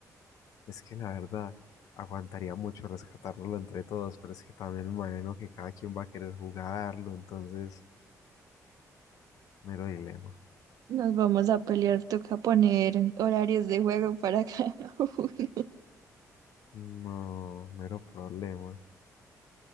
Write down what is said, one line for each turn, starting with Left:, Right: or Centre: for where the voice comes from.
Left: es que la verdad, aguantaría mucho rescatarlo entre todos, pero es que también me imagino que cada quien va a querer jugarlo, entonces, mero dilema.
Right: Nos vamos a pelear, toca poner horarios de juego para <laughs> cada uno.
Left: No, mero problema.